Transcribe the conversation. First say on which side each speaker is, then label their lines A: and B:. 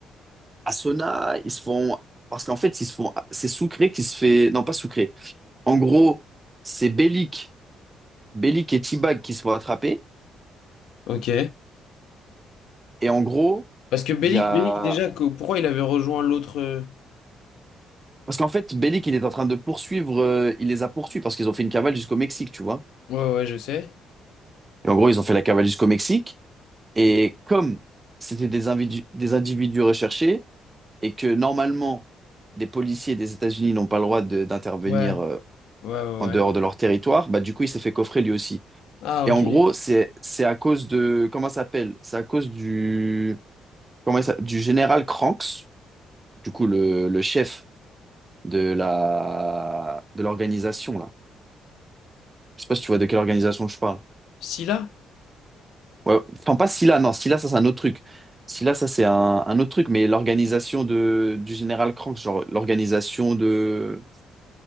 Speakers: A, on the right; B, on the left.
A: Asuna, ils se font. Parce qu'en fait, ils se font. C'est Sucré qui se fait. Non, pas Sucré. En gros, c'est Bellic. Bellic et T-Bag qui se font attraper.
B: Ok.
A: Et en gros,
B: Parce que Bellic,
A: il y a.
B: Bellic déjà, que- pourquoi il avait rejoint l'autre... euh,
A: Parce qu'en fait, Bellic, il est en train de poursuivre. euh, il les a poursuivis parce qu'ils ont fait une cavale jusqu'au Mexique, tu vois.
B: Ouais, ouais, je sais.
A: Et en gros, ils ont fait la cavale jusqu'au Mexique. Et comme c'était des individus, des individus recherchés et que normalement, des policiers des États-Unis n'ont pas le droit de- d'intervenir
B: Ouais,
A: euh,
B: ouais, ouais,
A: en
B: ouais.
A: dehors de leur territoire, bah, du coup, il s'est fait coffrer lui aussi.
B: Ah,
A: Et
B: ok.
A: en gros, c'est c'est à cause de comment ça s'appelle? C'est à cause du comment ça, du général Kranks, du coup le, le chef de la de l'organisation là. Je sais pas si tu vois de quelle organisation je parle.
B: Scylla?
A: Ouais, enfin pas Scylla, non, Scylla ça c'est un autre truc. Scylla ça c'est un, un autre truc, mais l'organisation de du général Kranks, genre l'organisation de